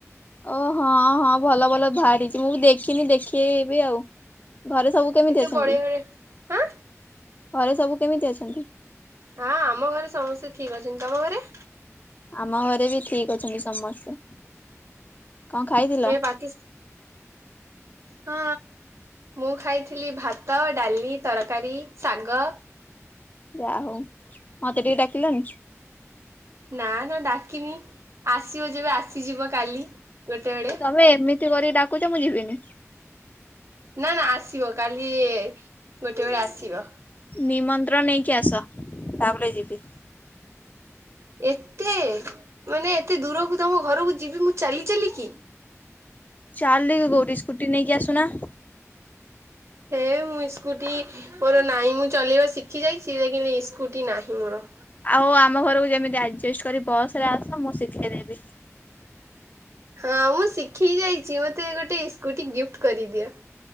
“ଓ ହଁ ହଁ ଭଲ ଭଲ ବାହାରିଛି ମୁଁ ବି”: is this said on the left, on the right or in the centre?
Left